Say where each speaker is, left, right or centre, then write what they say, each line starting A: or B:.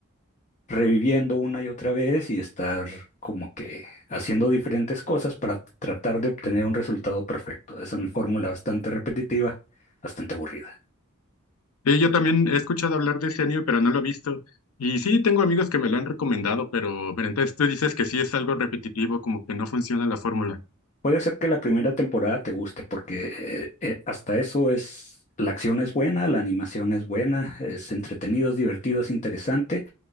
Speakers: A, on the left; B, on the left.
A: reviviendo una y otra vez y estar como que haciendo diferentes cosas para tratar de obtener un resultado perfecto. Es una fórmula bastante repetitiva, bastante aburrida.
B: Sí, yo también he escuchado hablar de ese anime, pero no lo he visto. Y sí, tengo amigos que me lo han recomendado, pero, pero entonces tú dices que sí es algo repetitivo, como que no funciona la fórmula.
A: Puede ser que la primera temporada te guste porque eh, eh, hasta eso es... La acción es buena, la animación es buena, es entretenido, es divertido, es interesante,